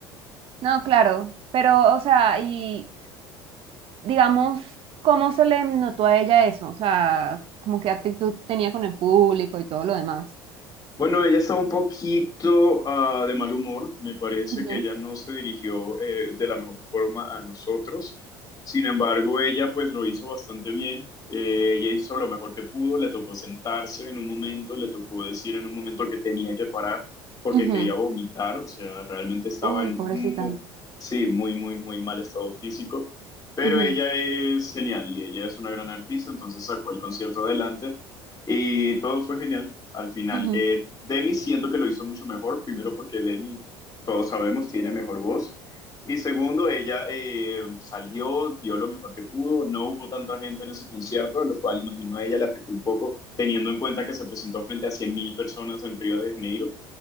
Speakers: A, on the right (about 45°); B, on the left (about 30°).
A: No, claro. Pero, o sea, y digamos, ¿cómo se le notó a ella eso? O sea, como qué actitud tenía con el público y todo lo demás.
B: Bueno, ella está un poquito ah, de mal humor. Me parece
A: Ujú,
B: que ella no se dirigió eh, de la mejor forma a nosotros. Sin embargo, ella pues lo hizo bastante bien. Eh, ella hizo lo mejor que pudo. Le tocó sentarse en un momento, le tocó decir en un momento que tenía que parar porque
A: ujú.
B: quería vomitar. O sea, realmente estaba
A: Uy,
B: en
A: pobrecita.
B: mu- sí, muy, muy, muy mal estado físico. Pero
A: Ujú,
B: ella es genial y ella es una gran artista, entonces sacó el concierto adelante y todo fue genial al final.
A: ujú.
B: Eh, Demi siento que lo hizo mucho mejor, primero porque Demi, todos sabemos, tiene mejor voz. Y segundo, ella eh, salió, dio lo mejor que pudo, no hubo tanta gente en ese concierto, lo cual imagino a ella le afectó un poco, teniendo en cuenta que se presentó frente a 100.000 personas en Río de Janeiro